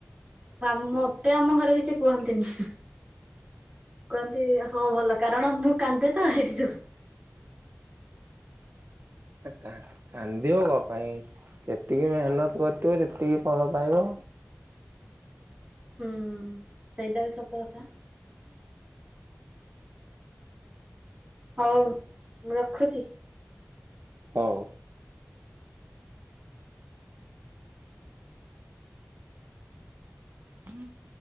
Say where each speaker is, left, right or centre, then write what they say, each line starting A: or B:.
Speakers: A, on the right; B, on the right.
A: ମତେ ଆମ ଘରେ କିଛି କୁହନ୍ତିନି। କୁହନ୍ତି ହଁ ଭଲ କାରଣ ମୁଁ କାନ୍ଦେ ତ ହେଇଥି ଯୋଗୁ।
B: କାନ୍ଦିବ କ ପାଇଁ ଯେତିକି ମେହନତ କରିଥିବ ସେତିକି ଫଳ ପାଇବ।
A: ହୁଁ ସେଇଟା ବି ସତ କଥା। ହଉ ମୁଁ ରଖୁଛି।
B: ହଉ। <inaudible>